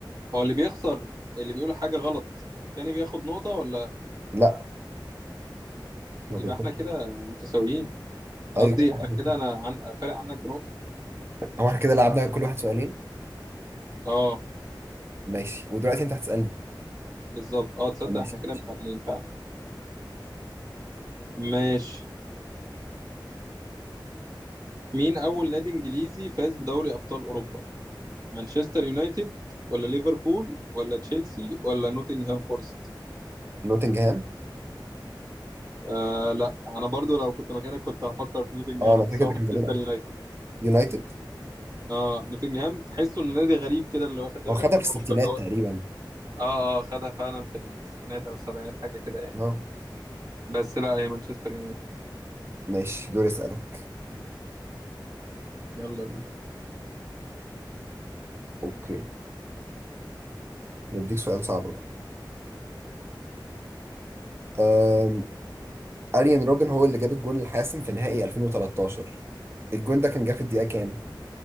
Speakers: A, on the right; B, on the right.
A: هو اللي بيخسر اللي بيقول حاجة غلط التاني بياخد نقطة ولا
B: لا ما
A: يبقى
B: بياخدش
A: احنا كده متساويين قصدي
B: ايوه كده
A: احنا
B: اتعادلنا.
A: كده انا عن... فارق عنك بنقطة
B: هو احنا كده لعبنا كل واحد سؤالين
A: اه
B: ماشي ودلوقتي انت هتسالني
A: بالظبط اه تصدق
B: آه، ماشي
A: احنا كده
B: ماشي
A: متعادلين فعلا ماشي مين اول نادي انجليزي فاز بدوري ابطال اوروبا مانشستر يونايتد ولا ليفربول ولا تشيلسي ولا نوتنغهام فورست
B: نوتنجهام
A: آه لا انا برضو لو كنت مكانك كنت هفكر في نوتنغهام
B: اه انا
A: بس
B: فاكر
A: هو
B: ده كان زمان
A: مانشستر
B: قوي
A: يونايتد
B: يونايتد
A: اه نوتنجهام تحسه انه نادي غريب كده اللي واخد دوري
B: هو خدها
A: ابطال
B: في
A: اوروبا
B: الستينات
A: اللي هو
B: تقريبا
A: اه اه خدها فعلا في الستينات او السبعينات حاجه كده يعني
B: اه
A: بس لا هي مانشستر يونايتد
B: ماشي دوري اسالك
A: يلا بينا
B: اوكي نديك سؤال صعب بقى أم... اريان روبن هو اللي جاب الجون الحاسم في نهائي 2013 الجون ده كان جه في الدقيقه كام